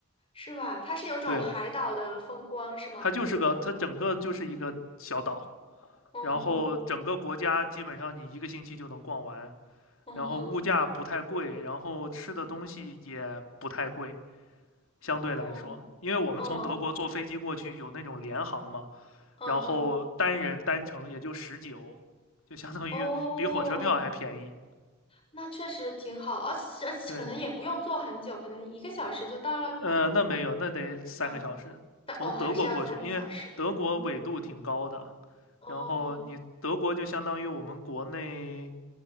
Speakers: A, on the left (about 25°); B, on the left (about 75°).
A: 是吧？它是有种海岛的风光，
B: 对，
A: 是吗？
B: 它就是个，它整个就是一个小岛，
A: 哦哦
B: 然后整个国家基本上你一个星期就能逛完。
A: 哦
B: 然后物价不太贵，然后吃的东西也不太贵，相对来说，
A: 哦
B: 因为我们从德国坐飞机过去有那种联航嘛，
A: 哦嗯嗯
B: 然后单人单程也就十九，就相当于比火车票还便宜。
A: 哦，那确实挺好，而且而且可能也不用坐很久，
B: 对，
A: 可能一个小时就到了。
B: 呃，那没有，那得三个小时从德国过去，
A: 嗯，但哦还是要三个小时。
B: 因为德国纬度挺高的，
A: 嗯哦
B: 然后你德国就相当于我们国内